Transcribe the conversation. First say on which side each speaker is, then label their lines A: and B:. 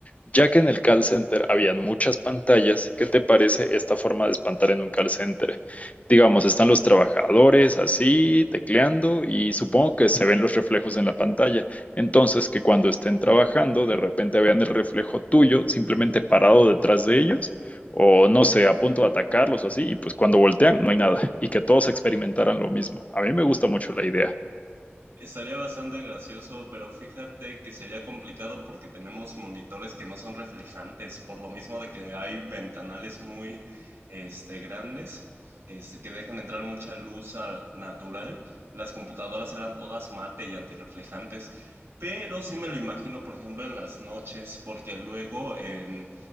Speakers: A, on the left (about 35°); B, on the right (about 80°).
A: ya que en el call center habían muchas pantallas, ¿qué te parece esta forma de espantar en un call center? Digamos, están los trabajadores así, tecleando, y supongo que se ven los reflejos en la pantalla. Entonces, que cuando estén trabajando, de repente vean el reflejo tuyo simplemente parado detrás de ellos, o no sé, a punto de atacarlos o así, y pues cuando voltean no hay nada, y que todos experimentaran lo mismo. A mí me gusta mucho la idea.
B: Estaría bastante gracioso, pero fíjate que sería complicado porque tenemos monitores que no son reflejantes, por lo mismo de que hay ventanales muy este, grandes este, que dejan entrar mucha luz al natural. Las computadoras eran todas mate y antirreflejantes, pero sí me lo imagino, por ejemplo, en las noches, porque luego en